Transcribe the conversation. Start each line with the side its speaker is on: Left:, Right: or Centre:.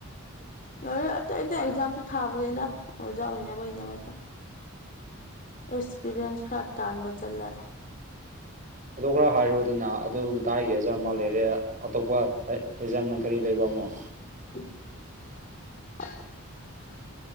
Left: ꯂꯣꯏꯣꯏ ꯑꯇꯩ ꯑꯇꯩ ꯑꯦꯛꯖꯥꯝꯁꯨ ꯊꯥꯕꯅꯤꯅ ꯑꯣꯖꯥ ꯑꯣꯏꯅꯕꯩ ꯗꯃꯛꯠ ꯑꯦꯛꯁꯄꯤꯔꯤꯌꯦꯟꯁ ꯈꯔ ꯇꯥꯟꯕ ꯆꯠꯂꯦ
Right: ꯑꯗꯨ ꯈꯔ ꯍꯥꯏꯔꯣꯗꯅ ꯑꯗꯨ ꯗꯥꯏꯒꯤꯖꯥꯝ ꯃꯥ ꯂꯦꯔꯤꯌꯥ ꯑꯇꯣꯞꯄ ꯑꯦꯛꯖꯥꯝꯅ ꯀꯔꯤ ꯂꯩꯕꯟꯃꯨꯛ
Left: inaudible